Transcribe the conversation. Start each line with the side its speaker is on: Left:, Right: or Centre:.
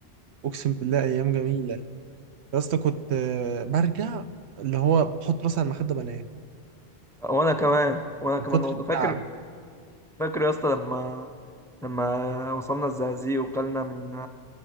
Right: أقسم بالله أيام جميلة يا اسطى كنت آه، برجع اللي هو بحط راسي على المخدة بنام
Centre: وانا كمان وانا
Right: من
Centre: كمان
Right: كتر
Centre: والله
Right: التعب
Centre: فاكر فاكر يا اسطى لما لما وصلنا الزقازيق وكلنا من